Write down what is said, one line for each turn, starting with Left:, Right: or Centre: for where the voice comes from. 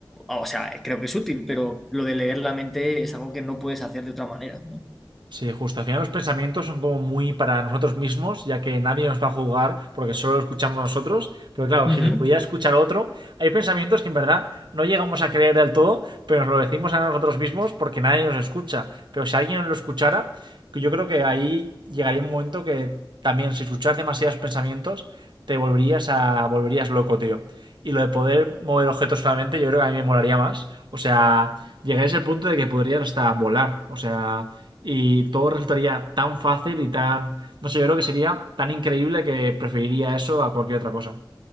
Centre: O sea, creo que es útil, pero lo de leer la mente es algo que no puedes hacer de otra manera, ¿no?
Right: Sí, justo. Al final los pensamientos son como muy para nosotros mismos, ya que nadie nos va a juzgar porque solo lo escuchamos nosotros. Pero claro,
Centre: Ujú.
Right: si los pudiera escuchar otro, hay pensamientos que en verdad no llegamos a creer del todo, pero nos lo decimos a nosotros mismos porque nadie nos escucha. Pero si alguien nos lo escuchara, que yo creo que ahí llegaría un momento que también si escuchas demasiados pensamientos, te volverías a volverías loco, tío. Y lo de poder mover objetos solamente, yo creo que a mí me molaría más. O sea, llegarías al punto de que podrías hasta volar. O sea, y todo resultaría tan fácil y tan... No sé, yo creo que sería tan increíble que preferiría eso a cualquier otra cosa.